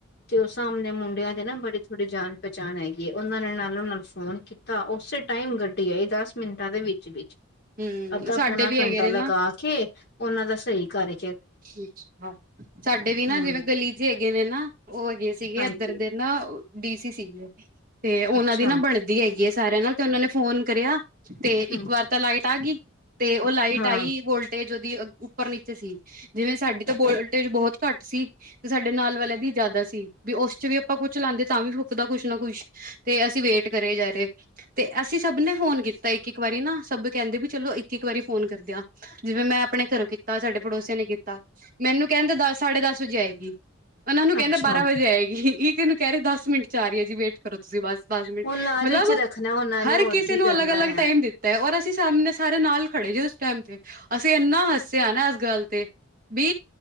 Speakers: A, on the left; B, on the right.
A: ਤੇ ਉਹ ਸਾਹਮਣੇ ਮੁੰਡਿਆਂ ਦੇ ਨਾ ਬੜੇ ਥੋੜੀ ਜਾਣ ਪਹਿਚਾਣ ਹੈਗੀ' ਉਹਨਾਂ ਨੇ ਨਾਲੋਂ ਨਾਲ ਫੋਨ ਕੀਤਾ ਉਸੇ ਟਾਈਮ ਗੱਡੀ ਆਈ ਦੱਸ। ਮਿੰਟਾਂ ਦੇ ਵਿੱਚ ਵਿੱਚ
B: ਹੂੰ
A: ਅੱਧਾ
B: ਸਾਡੇ
A: ਪੌਣਾ
B: ਵੀ
A: ਘੰਟਾ
B: ਹੈਗੇ ਨੇ
A: ਲਗਾ
B: ਨਾ
A: ਕੇ ਉਹਨਾਂ ਦਾ ਸਹੀ ਕਰਰ
B: ਅੱਛਾ ਸਾਡੇ ਵੀ ਨਾ
A: ਹੂੰ
B: ਜਿਵੇਂ ਗਲੀ ਚ ਹੈਗੇ ਨੇ ਨਾ ਉਹ ਹੈਗੇ ਸੀਗੇ
A: ਹਾਂਜੀ
B: ਇੱਧਰ ਦੇ ਨਾ ਡੀ ਸੀ ਸੀਗੇ। ਤੇ ਉਹਨਾਂ
A: ਅੱਛਾ
B: ਦੀ ਨਾ ਬਣਦੀ ਹੈਗੀ ਹੈ ਸਾਰਿਆਂ ਨਾਲ ਤੇ ਉਹਨਾਂ ਨੇ ਫੋਨ ਕਰਿਆ। ਤੇ ਇੱਕ
A: ਹੂੰ
B: ਵਾਰ ਤਾਂ ਲਾਈਟ ਆ ਗਈ ਤੇ ਉਹ ਲਾਈਟ
A: ਹਾਂ
B: ਆਈ ਵੋਲਟ ਵੋਲਟੇਜ ਓਹਦੀ ਉੱਪਰ ਨੀਚੇ ਸੀ। ਜਿਵੇਂ ਸਾਡੀ ਤਾਂ ਬੋਲਟੇ ਬਹੁਤ ਘੱਟ ਸੀ'ਤੇ ਸਾਡੇ ਨਾਲ ਵਾਲਿਆਂ ਦੀ ਜ਼ਿਆਦਾ ਸੀ ਵੀ ਉਸ ਚ ਵੀ ਆਪਾਂ ਕੁਛ ਲਾਦੇ ਤਾਂ ਵੀ ਫੁਕਦਾ ਕੁਛ ਨਾ ਕੁੱਛ'ਤੇ ਅਸੀਂ ਵੇਟ ਕਰੇ ਜਾ ਰਹੇ। ਤੇ ਅਸੀਂ ਸਭ ਨੇ ਫੋਨ ਕੀਤਾ। ਤਾਂ ਇੱਕ-ਇੱਕ ਵਾਰੀ ਨਾ ਸਭ ਕਹਿੰਦੇ ਵੀ ਚਲੋ ਇੱਕ-ਇੱਕ ਵਾਰੀ ਫੋਨ ਕਰਦਿਆ ਜਿਵੇਂ ਮੈਂ ਆਪਣੇ ਘਰੋਂ ਕੀਤਾ ਸਾਡੇ ਪੜੋਸੀਆ ਨੇ ਕੀਤਾ' ਮੈਨੂੰ ਕਹਿੰਦੇ ਦਸ ਸਾਢੇ ਦਸ ਵਜੇ ਆਏਗੀ। ਉਹ ਨੂੰ ਕਹਿੰਦੇ
A: ਅੱਛਾ
B: ਬਾਰਾਂ ਵਜੇ ਆਏਗੀ' ਕਿਹਨੂੰ ਕਹਿ ਰਹੇ ਦਸ ਮਿੰਟ ਚ ਆ ਰਹੀ ਹੈ' ਜੀ ਵੇਟ ਕਰੋ ਤੁਸੀਂ ਬਸ ਦਸ ਮਿੰਟ
A: ਉਹ ਲਾਰੇ
B: ਮਤਲਬ
A: ਚ ਰੱਖਣਾ ਉਹਨਾਂ ਨੇ
B: ਹਰ
A: ਹੋਰ
B: ਕਿਸੇ
A: ਕੀ
B: ਨੂੰ
A: ਕਰਨਾ
B: ਅਲਗ-ਅਲੱਗ
A: ਹੈ
B: ਟਾਈਮ ਦਿੱਤਾ। ਔਰ ਅਸੀਂ ਸਾਹਮਣੇ ਸਾਰੇ ਨਾਲ ਖੜੇ ਜੇ ਉਸ ਟਾਈਮ ਤੇ' ਅਸੀਂ ਇੰਨਾ ਹੱਸਿਆ ਨਾ ਇਸ ਗੱਲ ਤੇ ਵੀ